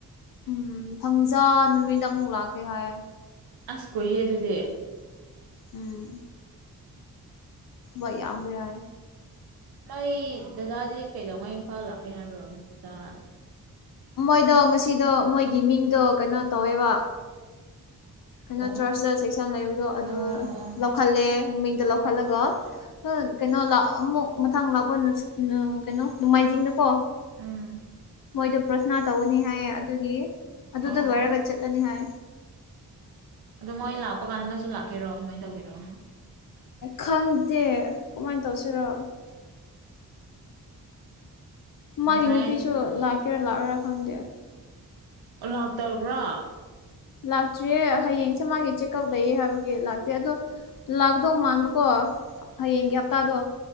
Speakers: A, on the left; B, on the right.
A: ꯎꯝ ꯊꯪꯖꯥ ꯅꯨꯃꯤꯠ ꯑꯃꯨꯛ ꯂꯥꯛꯀꯦ ꯍꯥꯏ꯫
B: ꯑꯁ ꯀꯨꯏꯌꯦ ꯑꯗꯨꯗꯤ!
A: ꯎꯝ ꯊꯕꯛ ꯌꯥꯝꯈ꯭ꯔꯦ ꯍꯥꯏ꯫
B: ꯅꯣꯏ ꯗꯗꯥꯗꯤ ꯀꯩꯗꯧꯉꯩ ꯏꯝꯐꯥꯜ ꯂꯥꯛꯀꯦ ꯍꯥꯏꯕ꯭ꯔꯣ ꯅꯣꯏ ꯗꯗꯥ
A: ꯃꯣꯏꯗꯣ ꯉꯁꯤꯗꯣ ꯃꯣꯏꯒꯤ ꯃꯤꯡꯗꯣ ꯀꯩꯅꯣ ꯇꯧꯋꯦꯕ ꯀꯩꯅꯣ
B: ꯑꯣ
A: ꯆꯔꯆꯇ ꯆꯦꯛꯁꯥꯡ ꯂꯩꯕꯗꯣ ꯑꯗꯨ
B: ꯑꯣ ꯑꯣ ꯑꯣ
A: ꯂꯧꯈꯠꯂꯦ ꯃꯤꯡꯗ ꯂꯧꯈꯠꯂꯒ ꯍ ꯀꯩꯅꯣ ꯂꯥꯛ ꯑꯃꯨꯛ ꯃꯊꯪ ꯂꯥꯛꯄ ꯀꯩꯅꯣ ꯅꯣꯡꯃꯥꯏꯖꯤꯡꯗꯀꯣ
B: ꯎꯝ
A: ꯃꯣꯏꯗꯣ ꯄ꯭ꯔꯊꯅꯥ ꯇꯧꯒꯅꯤ ꯍꯥꯏ ꯑꯗꯨꯒꯤ ꯑꯗꯨꯗ
B: ꯑꯣ
A: ꯂꯣꯏꯔꯒ ꯆꯠꯂꯅꯤ ꯍꯥꯏ꯫
B: ꯑꯗꯣ ꯃꯣꯏ ꯂꯥꯛꯄ ꯀꯥꯟꯗ ꯅꯪꯁꯨ ꯂꯥꯛꯀꯦꯔꯣ ꯀꯃꯥꯏ ꯇꯧꯒꯦꯔꯣ?
A: ꯈꯪꯗꯦ ꯀꯃꯥꯏ ꯇꯧꯁꯤꯔꯣ꯫ ꯃꯥꯒꯤ
B: ꯉꯁꯥꯏ
A: ꯅꯨꯄꯤꯁꯨ ꯂꯥꯛꯀꯦꯔꯥ ꯂꯥꯛꯑꯣꯏꯔꯥ ꯈꯪꯗꯦ꯫
B: ꯑꯣ ꯂꯥꯛꯇꯕ꯭ꯔꯥ
A: ꯂꯥꯛꯇ꯭ꯔꯤꯌꯦ ꯍꯌꯦꯡꯁꯦ ꯃꯥꯒꯤ ꯆꯦꯛꯑꯞ ꯂꯩꯌꯦ ꯍꯥꯏꯕꯒꯤ ꯂꯥꯛꯇꯦ ꯑꯗꯣ ꯂꯥꯛꯀꯗꯧ ꯃꯥꯟꯕꯀꯣ ꯍꯌꯦꯡꯒꯤ ꯍꯞꯇꯥꯗꯣ꯫